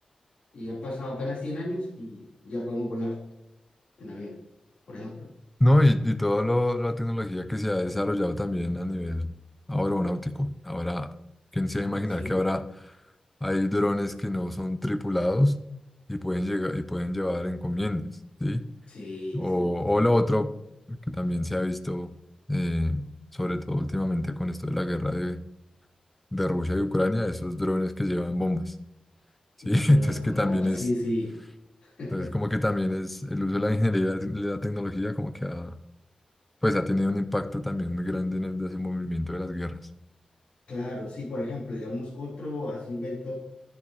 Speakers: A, on the left; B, in the centre.
A: Y han pasado apenas 100 años y ya podemos volar en avión, por ejemplo.
B: No, y, y toda la tecnología que se ha desarrollado también a nivel aeronáutico. Ahora, ¿quién se
A: Ah,
B: va a imaginar
A: sí.
B: que ahora hay drones que no son tripulados y pueden llegar y pueden llevar encomiendas, ¿sí?
A: Sí,
B: O,
A: sí.
B: o lo otro, que también se ha visto, eh, sobre todo últimamente con esto de la guerra de, de Rusia y Ucrania, esos drones que llevan bombas, ¿sí?
A: Drones
B: <laughs> Entonces que
A: con
B: también
A: bombas.
B: es,
A: Sí, sí. <laughs>
B: entonces como que también es el uso de la ingeniería y la tecnología como que ha, pues ha tenido un impacto también muy grande en el desenvolvimiento de las guerras.
A: Claro, sí. Por ejemplo, digamos, otro así invento